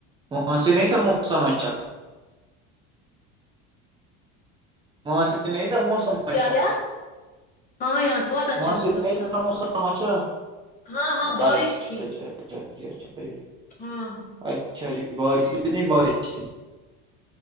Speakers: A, on the right; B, on the left.
A: وہاں سے نہیں تھا موسم اچھا وہاں سے نہیں تھا موسم
B: کیا
A: اچھا
B: کیا ہاں یہاں سے بہت اچھا
A: وہاں
B: موسم
A: سے
B: تھا
A: موسم اچھا
B: ہاں ہاں
A: اچھا
B: بارش تھی
A: اچھاچ اچھا جی اچھا جی
B: ہاں
A: اچھا جی بارش کتنی بارش ت